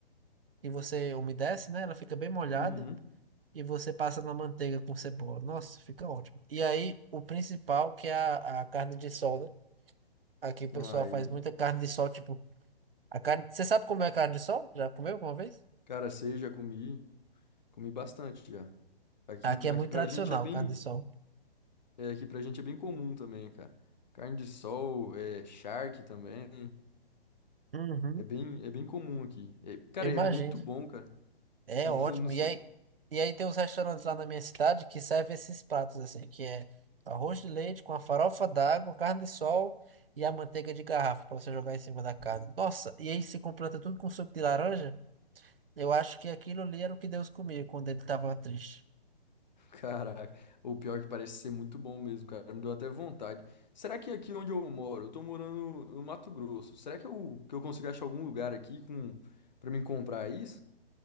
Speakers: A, on the right; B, on the left.
A: e você umedece, né? Ela fica bem molhada
B: Uhum.
A: e você passa na manteiga com cebola. Nossa, fica ótimo. E aí o principal que é a, a carne de sol, né? Aqui o pessoal
B: Não, Aí,
A: faz muita carne de sol, tipo, a carne... Você sabe como é carne de sol? Já comeu alguma vez?
B: cara, sei, já comi. Comi bastante já. Aqui,
A: Aqui é
B: aqui
A: muito
B: pra
A: tradicional
B: gente é bem,
A: o carne de sol.
B: é, aqui pra gente é bem comum também, cara. Carne de sol, é, charque também.
A: Uhum.
B: É bem, é bem comum aqui. É, cara,
A: Eu imagino.
B: e é muito bom, cara. <laughs>
A: É
B: Não,
A: ótimo.
B: não sei.
A: E aí, e aí tem uns restaurantes lá na minha cidade que servem esses pratos, assim, que é arroz de leite com a farofa d'água, carne de sol e a manteiga de garrafa para você jogar em cima da carne. Nossa, e aí se completa tudo com suco de laranja. Eu acho que aquilo ali era o que Deus comia quando ele estava triste.
B: Caraca. O pior é que parece ser muito bom mesmo, cara. Me deu até vontade. Será que aqui onde eu moro, eu tô morando no Mato Grosso, será que eu, que eu consigo achar algum lugar aqui com, pra mim comprar isso?